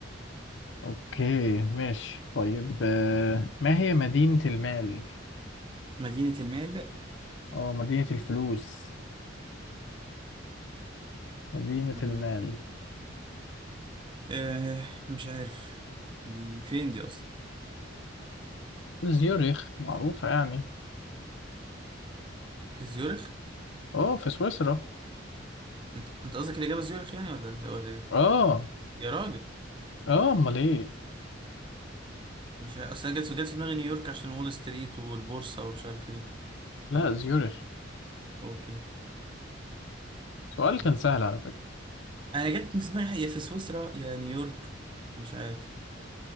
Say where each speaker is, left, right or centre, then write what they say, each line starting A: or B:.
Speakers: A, on the left; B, on the right.
A: اوكي ماشي طيب آه، ما هي مدينة المال
B: مدينه المال
A: اه مدينة الفلوس مدينة
B: مم.
A: المال
B: آه مش عارف دي فين دي اصلا
A: زيوريخ معروفة يعني
B: في زيورخ
A: اه في سويسرا
B: انت انت قصدك الاجابه زيورخ يعني ولا انت ولا ايه
A: اه
B: يا راجل
A: اه امال ايه
B: مش عارف. اصل انا جت في جت في دماغي نيويورك عشان وول ستريت والبورصه ومش عارف ايه ما.
A: لا زيورش
B: اوكي
A: سؤال
B: طيب.
A: كان سهل على فكرة
B: انا جت في دماغي يا في سويسرا يا نيويورك مش عارف